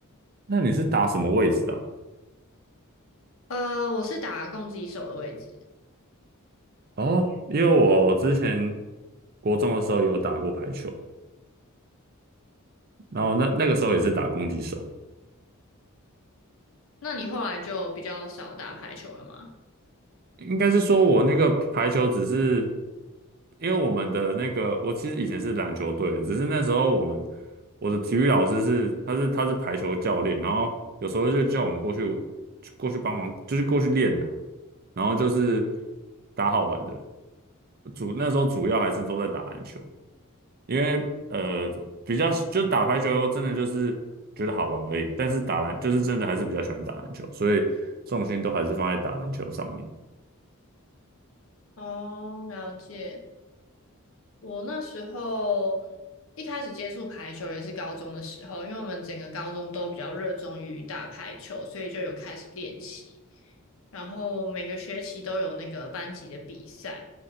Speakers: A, on the right; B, on the left.
A: 那你是打什么位置的啊
B: 呃，我是打攻击手的位置，
A: 哦，因为我之前国中的时候有打过排球，然后那那个时候也是打攻击手，
B: 那你后来就比较少打排球了吗？
A: 应该是说我那个排球只是因为我们的那个，我其实以前是篮球队的，只是那时候我们我的体育老师是他是他是排球教练，然后有时候就叫我们过去过去帮忙，就是过去练啦，然后就是打好玩的，主那时候主要还是都在打篮球。因为呃比较就是打排球真的就是觉得好玩而已，但是打篮就是真的还是比较喜欢打篮球，所以重心都还是放在打篮球上面。
B: 哦，了解。我那时候一开始接触排球也是高中的时候，因为我们整个高中都比较热衷于打排球，所以就有开始练习。然后每个学期都有那个班级的比赛，